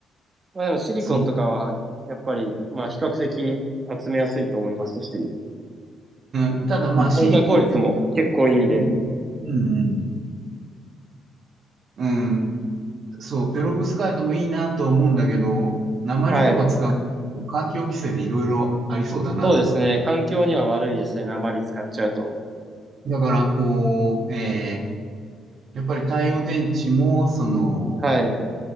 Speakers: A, on the right; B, on the right.
A: まあでもシリコンとかは、
B: そう。
A: やっぱり、まあ比較的集めやすいと思いますし、う
B: うん。ただまあ、
A: ん変換効率も結構いいんで、
B: シリコンで、うん、うん、うん、うんそう、ペロブスカイトもいいなとは思うんだけど、鉛とか使う、
A: はい。
B: 環境規制でいろいろありそうだなとか。
A: そうですね。環境には悪いですね。鉛使っちゃうと。
B: だから、こう、えー、やっぱり太陽電池も、その、
A: はい。